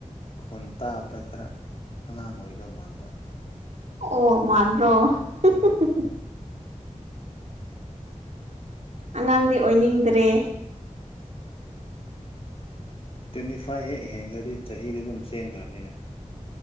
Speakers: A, on the left; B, on the right.
A: ꯈꯣꯟ ꯇꯥꯕꯗ ꯈꯔ ꯑꯉꯥꯡ ꯑꯣꯏꯒꯗꯧ ꯃꯥꯟꯕ
B: ꯑꯣ ꯃꯥꯟ꯭ꯔꯣ ꯍꯨꯝ
A: ꯎꯝ
B: ꯍꯨꯝ ꯑꯉꯥꯡꯗꯤ ꯑꯣꯏꯅꯤꯡꯗ꯭ꯔꯦ
A: ꯇ꯭ꯋꯦꯟꯇꯤ ꯐꯥꯏꯚ ꯍꯦꯛ ꯍꯦꯟꯈ꯭ꯔꯗꯤ ꯆꯍꯤꯗꯤ ꯑꯗꯨꯝ ꯆꯦꯟꯈ꯭ꯔꯕꯅꯤꯅ